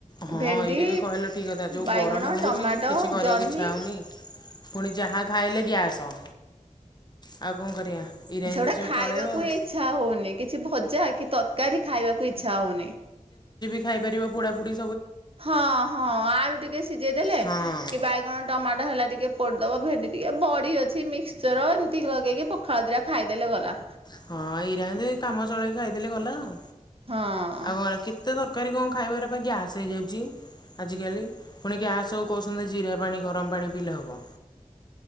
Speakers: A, on the left; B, on the right.
A: ହଁ
B: ଭେଣ୍ଡି
A: ଏଇଟା ବି କହିଲ ଠିକ୍ କଥା ଯଉ
B: ବାଇଗଣ
A: ଗରମ ହଉଚି
B: ଟମାଟୋ
A: କିଛି କରିବାକୁ
B: ଜହ୍ନି
A: ଇଚ୍ଛା ହେଉନି ପୁଣି ଯାହା ଖାଇଲେ ଗ୍ୟାସ ଆଉ କଣ କରିବା ଏଇରା
B: ସେଗୁଡା
A: ଏମିତି ଚ
B: ଖାଇବାକୁ
A: ଚଳେଇବା ଆଉ
B: ହିଁ ଇଛା ହଉନି କିଛି ଭଜା କି ତରକାରୀ ଖାଇବାକୁ ଇଚ୍ଛା ହଉନି।
A: ଖାଇ ପାରିବ ପୋଡ଼ା ପୁଡ଼ି।
B: ହଁ ହଁ ଆଳୁ ଟିକେ ସିଯ ଜେଇ ଦେଲେ
A: ହଁ
B: କି ବାଇଗଣ ଟମାଟୋ ହେଲା ଟିକେ ପଡ଼ଦବ ଭେଣ୍ଡି ଟିକେ ବଢି ଅଛି ମିକ୍ସଚର ଏମିତି ଲଗେଇକି ପଖାଳ ଦିଟା ଖାଇଦେଲେ ଗଲା।
A: ହଁ ଇରାଏନ୍ତି କାମ ଚଳେଇକି ଖାଇଦେଲେ ଗଲା ଆଉ।
B: ହଁ
A: ଆଉ ଏରା କେତେ ତର ତରକାରୀ କଣ ଖାଇବ ଏରା ପା ଗ୍ୟାସ ହେଇଯାଉଚି ଆ ଆଜିକାଲି ପୁଣିି ଗ୍ୟାସ କହୁଛନ୍ତି ଜିରା ପାଣି ଗରମ ପାଣି ପିଲେ ହବ।